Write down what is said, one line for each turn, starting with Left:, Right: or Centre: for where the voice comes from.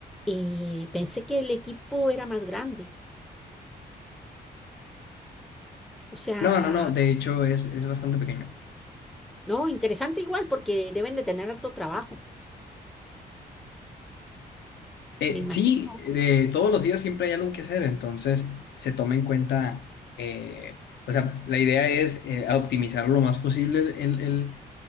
Centre: eh, pensé que el equipo era más grande. O sea,
Left: No, no, no, de hecho es, es bastante pequeño.
Centre: no, interesante igual, porque deben de tener harto trabajo,
Left: Eh,
Centre: me imagino.
Left: sí, de todos los días siempre hay algo que hacer, entonces se toma en cuenta, eh, o sea, la idea es eh, a optimizar lo más posible el, el, el-